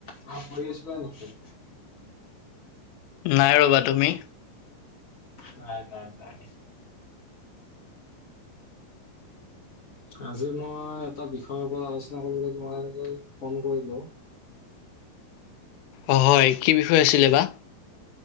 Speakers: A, on the left (about 40°); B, on the left (about 85°).
A: ম পঢ় আছিল নকি <unintelligible>
B: নাই ৰবা তুমি
A: নাই নাই নাই আজি মই এটা বিষয়ৰ ওপৰত আলোচনা কৰিবলৈ মই ফোন কৰিলো
B: অ হয় কি বিষয় আছিলে বা